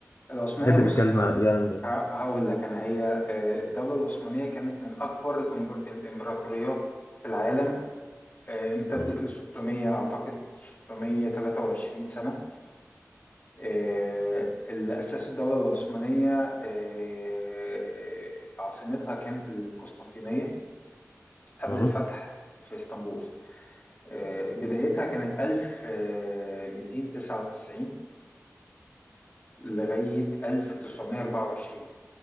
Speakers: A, on the left; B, on the left.
A: العثمانية
B: بحب
A: بص
B: نتكلم
A: آه،
B: عن إيرلندا
A: ه- هقول لك أنا هي آه، الدولة العثمانية كانت من أكبر الإمبر- الإمبراطوريات في العالم آه، امتدت
B: مهم.
A: ل 600 أعتقد 623 سنة آه، اللي أسسوا الدولة العثمانية آه، عاصمتها كانت القسطنطينية قبل
B: مهم.
A: الفتح في اسطنبول آه، بدايتها كانت 1299 لغاية 1924